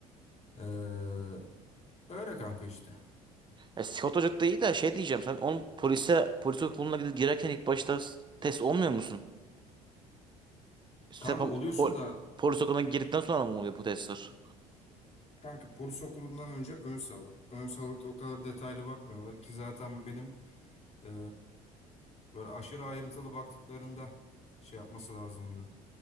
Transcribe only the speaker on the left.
Ee, öyle kanka işte.
Kanka oluyorsun
da
Kanka polis okulundan önce ön sağlık. Ön sağlıkta o kadar detaylı bakmıyorlar ki zaten benim eee, böyle aşırı ayrıntılı baktıklarında şey yapması lazımdı.